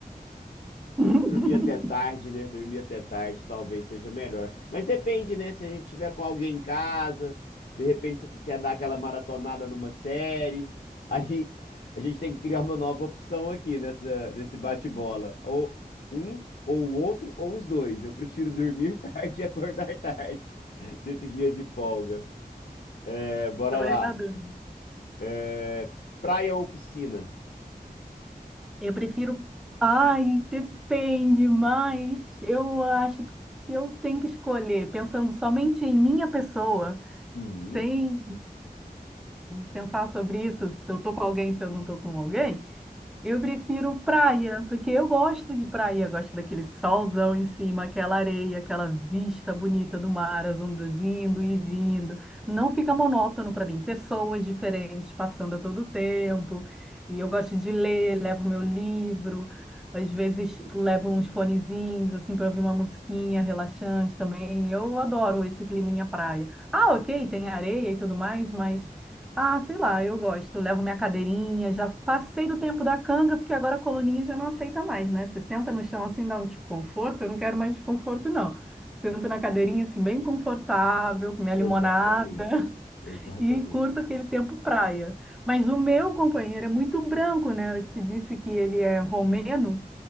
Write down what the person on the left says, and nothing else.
Dormir até tarde, né? Dormir até tarde talvez seja melhor. Mas depende, né? Se a gente tiver com alguém em casa, de repente você quer dar aquela maratonada numa série, <laughs> aí a gente tem que criar uma nova opção aqui nessa, nesse bate-bola. Ou um, ou o outro, ou os dois. Eu prefiro dormir <laughs> tarde e acordar tarde nesse dia de folga. É, bora
lá.
É, praia ou piscina?
Hum,
exatamente.
Exatamente.